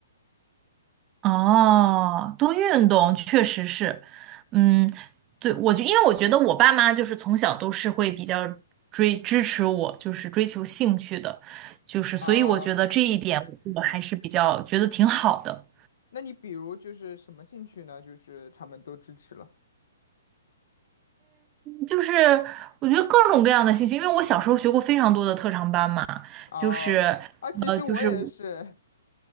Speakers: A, on the right (about 20°); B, on the left (about 65°).
A: 哦，多运动确实是，嗯，对，我就因为我觉得我爸妈就是从小都是会比较追支持我，就是追求兴趣的，就是所以我觉得这一点我还是比较觉得挺好的。
B: 啊。那你比如就是什么兴趣呢？就是他们都支持了
A: 就是我觉得各种各样的兴趣，因为我小时候学过非常多的特长班嘛，
B: 啊啊！
A: 就是
B: 其实我也是，
A: 呃，就是